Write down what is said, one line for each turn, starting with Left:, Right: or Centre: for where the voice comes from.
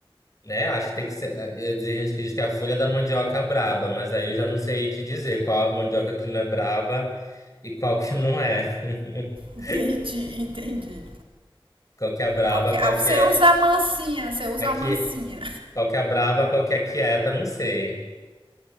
Left: né? Acho que tem que ser. eh, eh, Tem gente que diz que é a folha da mandioca é braba, mas aí eu já não sei te dizer qual a mandioca que não é braba e qual que não é. <laughs>
Right: Entendi, <laughs> entendi.
Left: Qual que é braba,
Right: Qual que é?
Left: qual
Right: Ah, você
Left: que é
Right: usa a mansinha, você usa
Left: aqui,
Right: a mansinha.
Left: qual que é braba, qual que é quieta, não sei.